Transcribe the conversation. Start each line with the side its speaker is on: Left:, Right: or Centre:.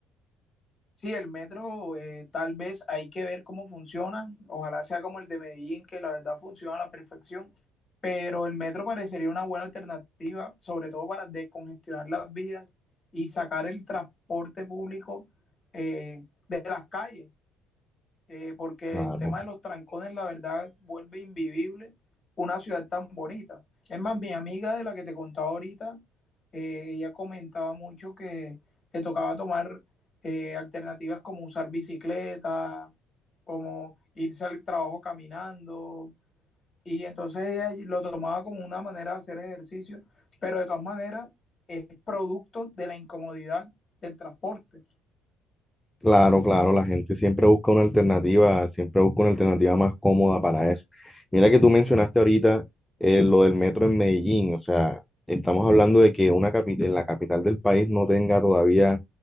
Left: Sí, el metro eh, tal vez hay que ver cómo funciona. Ojalá sea como el de Medellín, que la verdad funciona a la perfección. Pero el metro parecería una buena alternativa, sobre todo para descongestionar las vías y sacar el transporte público eh, de las calles eh, porque
Centre: Claro.
Left: el tema de los trancones, la verdad, vuelve invivible una ciudad tan bonita. Es más, mi amiga de la que te contaba ahorita, eh, ella comentaba mucho que le tocaba tomar eh, alternativas como usar bicicleta, como irse al trabajo caminando. Y entonces ella lo tomaba como una manera de hacer ejercicio, pero de todas maneras es producto de la incomodidad del transporte.
Centre: Claro, claro, la gente siempre busca una alternativa, siempre busca una alternativa más cómoda para eso. Mira que tú mencionaste ahorita eh, lo del metro en Medellín, o sea, estamos hablando de que una capital, la capital del país no tenga todavía